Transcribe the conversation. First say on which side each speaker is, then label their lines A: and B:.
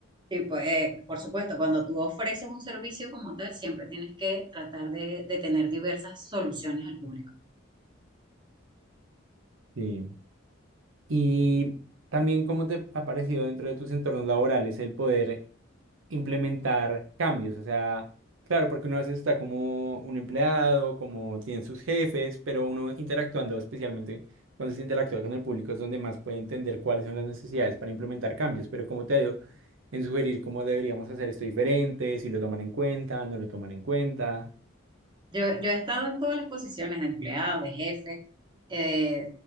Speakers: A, on the right (about 25°); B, on the right (about 75°).
A: sí, pues, eh, por supuesto, cuando tú ofreces un servicio como tal, siempre tienes que tratar de, de tener diversas soluciones al público.
B: Sí. Y también cómo te ha parecido dentro de tus entornos laborales el poder implementar cambios. O sea, claro, porque uno a veces está como un empleado, como tienen sus jefes, pero uno interactuando, especialmente cuando se interactúa con el público, es donde más puede entender cuáles son las necesidades para implementar cambios. Pero como te digo, en sugerir cómo deberíamos hacer esto diferente, si lo toman en cuenta, no lo toman en cuenta.
A: Yo, yo he estado en todas las posiciones de empleado, de jefe, eh,